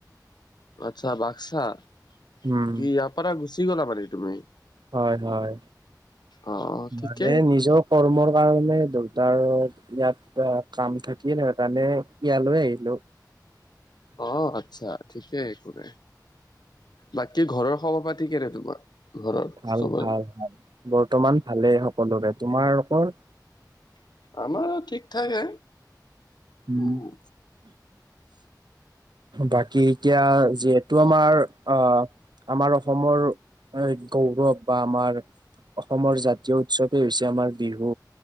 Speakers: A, on the left; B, on the right.
A: আচ্ছা বাক্সাত কি
B: উম,
A: ইয়াৰপাৰা গুচি গ'লা মানে তুমি?
B: হয় হয়
A: অ', ঠিকেই
B: মানে নিজৰ কৰ্মৰ কাৰণে দেউতাৰ ইয়াত আ কাম থাকিয়ে ন কাৰণে ইয়ালৈ আহিলো।
A: অ', আচ্ছা ঠিকেই একো নাই। বাকী ঘৰৰ খবৰপাতি কেনে তোমাৰ? ঘৰৰ
B: ভাল
A: চবৰে?
B: ভাল ভাল বৰ্তমান ভালেই সকলোৰে। তোমালোকৰ?
A: আমাৰ ঠিক ঠাকে
B: উম।
A: উ।
B: বাকী এতিয়া যিহেতু আমাৰ আহ আমাৰ অসমৰ এই গৌৰৱ বা আমাৰ অসমৰ জাতীয় উৎসৱেই হৈছে আমাৰ বিহু